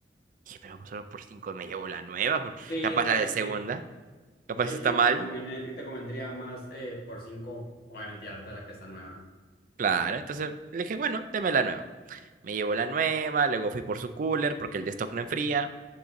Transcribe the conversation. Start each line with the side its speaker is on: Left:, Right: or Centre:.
Right: Dije, pero pues solo por 5 me llevo la nueva, por-
Left: Sí,
Right: capaz
Left: pues
Right: la de segunda,
Left: sí.
Right: capaz
Left: Sí,
Right: está
Left: sí,
Right: mal.
Left: te conviene, te convendría más eh, por cinco, obviamente, darte la que está nueva.
Right: Claro, entonces le dije, bueno, deme la nueva. Me llevo la nueva, luego fui por su cooler porque el de stock no enfría.